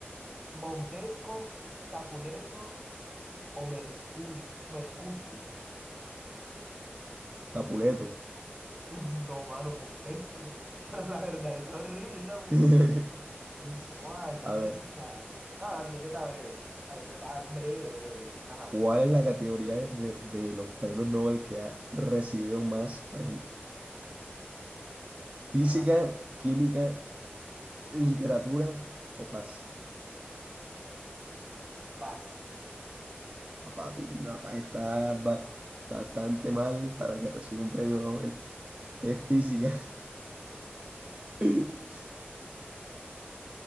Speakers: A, on the right; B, on the right.
A: ¿Montesco, Capuleto o Mercuri, Mercucio?
B: Capuleto.
A: <laughs> No, mano, Montesco. <laughs> Pero la verdad, está horrible esa pregunta.
B: <laughs>
A: Guau, está
B: A
A: asesina.
B: ver,
A: Ah, la siguiente está breve. La siguiente está breve, breve, breve. Ajá,
B: ¿cuál es la categoría de, de- de los premios Nobel que ha recibido más premios? Física,
A: ajá.
B: química, literatura o paz.
A: Vas.
B: Ah, Papi, la paz está ba- bastante mal para que reciba un premio Nobel. Es física. <laughs>